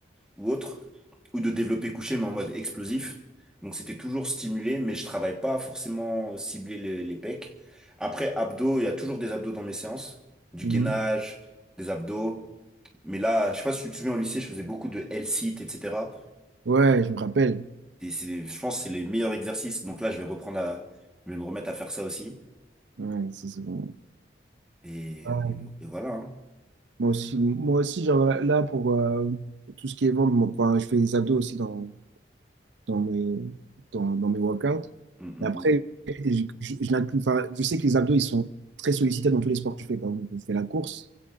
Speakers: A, in the centre; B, on the right (about 80°).
A: ou autre, ou de développer couché, mais en mode explosif. Donc c'était toujours stimulé, mais je travaille pas forcément cibler les, les pecs. Après, abdos, il y a toujours des abdos dans mes séances, du
B: Mhm.
A: gainage, des abdos. Mais là, je sais pas si tu te souviens, au lycée, je faisais beaucoup de L-sit, etc.
B: Ouais, je me rappelle.
A: Et c'est, je pense que c'est les meilleurs exercices. Donc là, je vais reprendre à, je vais me remettre à faire ça aussi.
B: Ouais, ça, c'est bon.
A: Et,
B: Ouais.
A: et- et voilà. hein.
B: Moi aussi, moi aussi, genre là, là, pour euh, tout ce qui est ventre, moi, enfin, je fais des abdos aussi dans, dans mes, dans, dans mes workouts.
A: Mm, mm,
B: Mais après, je, je, je l'inclus- enfin, je sais que les abdos, ils sont très sollicités dans tous les sports que je fais. Par exemple, je fais la course,